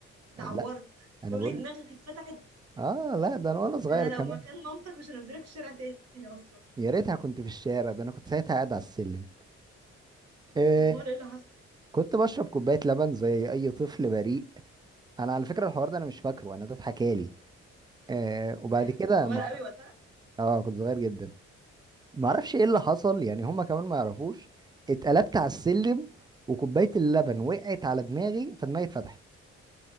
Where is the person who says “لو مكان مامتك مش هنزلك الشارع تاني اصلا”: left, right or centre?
Right